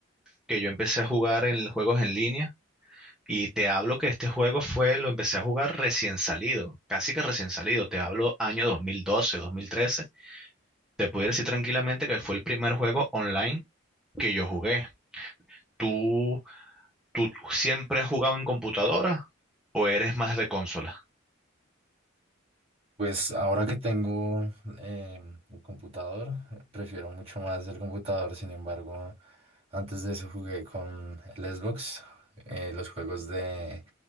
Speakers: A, in the centre; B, on the right (about 30°).
A: que yo empecé a jugar en juegos en línea. Y te hablo que este juego fue, lo empecé a jugar recién salido, casi que recién salido. Te hablo año dos dos mil doce dos mil trece Te pudiera decir tranquilamente que fue el primer juego online que yo jugué. ¿Tú, tú siempre has jugado en computadora o eres más de consola?
B: Pues ahora que tengo em, el computador, prefiero mucho más el computador. Sin embargo, antes de eso jugué con el Xbox, eh, los juegos de